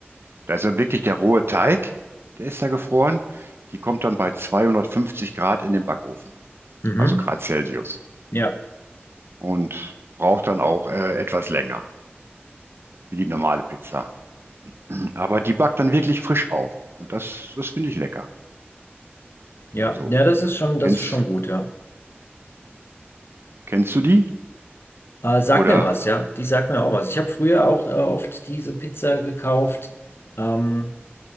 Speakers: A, on the right (about 70°); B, on the left (about 65°).
A: Da ist ja wirklich der rohe Teig, der ist da gefroren. Die kommt dann bei 250 Grad in den Backofen,
B: Mhm.
A: also Grad Celsius.
B: Ja,
A: Und braucht dann auch äh, etwas länger, wie die normale Pizza. Aber die backt dann wirklich frisch auf. Und das, das finde ich lecker.
B: ja,
A: Also,
B: ja, das ist schon, das
A: kennst,
B: ist schon gut, ja.
A: kennst du die?
B: Äh, sag
A: Oder
B: mir was, ja. Die sagt mir auch was. Ich habe früher auch äh, oft diese Pizza gekauft, ähm,